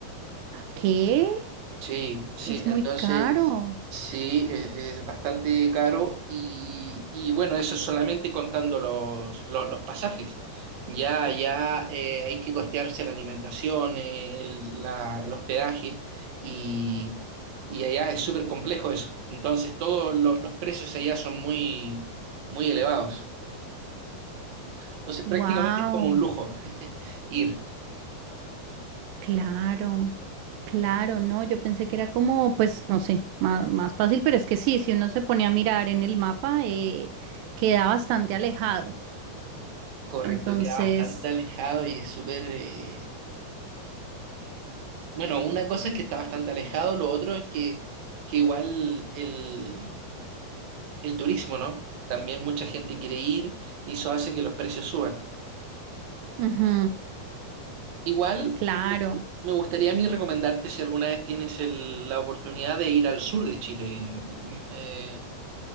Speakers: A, on the right (about 75°); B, on the right (about 60°).
A: ¿Qué?
B: Sí, sí,
A: Es
B: entonces
A: muy caro.
B: sí, e- es, bastante caro y, y bueno, eso es solamente contando los, lo- los, pasajes. Ya, ya eh, hay que costearse la alimentación, eh, el, la- el hospedaje y, y allá es súper complejo eso. Entonces todos lo- los precios allá son muy, muy elevados. Entonces
A: Wow,
B: prácticamente es como un lujo <laughs> ir.
A: claro, claro, no, yo pensé que era como, pues, no sé, más, más fácil, pero es que sí, si uno se ponía a mirar en el mapa, eh, queda bastante alejado.
B: Correcto,
A: Entonces,
B: queda bastante alejado y es súper... eh, Bueno, una cosa es que está bastante alejado, lo otro es que, que igual el, el turismo, ¿no? También mucha gente quiere ir y eso hace que los precios suban.
A: ujú,
B: Igual
A: claro.
B: me gu- me gustaría a mí recomendarte si alguna vez tienes el- la oportunidad de ir al sur de Chile. em, Eh,